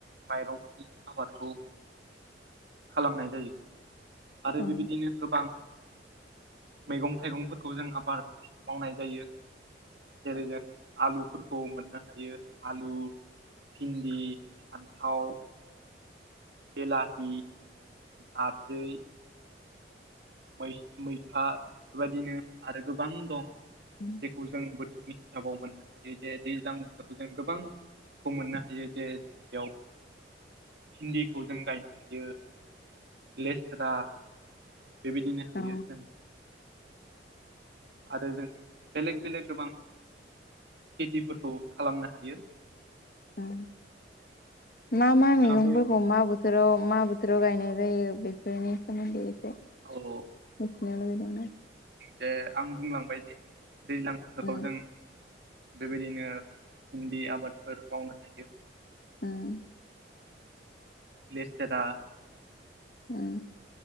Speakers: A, on the right; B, on the left.
A: माइरंनि आबाद खौ खालामनाय जायो आरो
B: उम
A: बेबायदिनो गोबां मैगं थाइगंफोरखौ जों आबाद मावनाय जायो जेरै जों आलु फोरखौ मोननो हायो आलु भिन्दि फान्थाव बेलाहि नारजै मैथा बेफोरबायदिनो आरो गोबां दं
B: उम
A: जेखौ जों बोथोरनि आबाव मोननो हायो जे दैज्लां बोथोरखौ जों गोबां खौ मोननो हायो जे जों बेयाव भिन्दिखौ जों गायनो हायो लेस्रा बेबायदिनो हायो
B: औ
A: जों आरो जों बेलेग बेलेग गोबां खेथिफोरखौ खालामनो हायो
B: उम मा मा
A: नोंथाङाबो
B: मैगंफोरखौ मा बोथोराव मा बोथोराव गायनाय जायो बेफोरनि सोमोनदोयै
A: औ
B: मोथिनो लुगैदोंमोन आं
A: जे आं बुंलांबायदि दैज्लां बोथोराव
B: उम
A: जों बेबादिनो भिन्दि आबादफोर मावनो हायो
B: ओम
A: लेस्रा
B: उम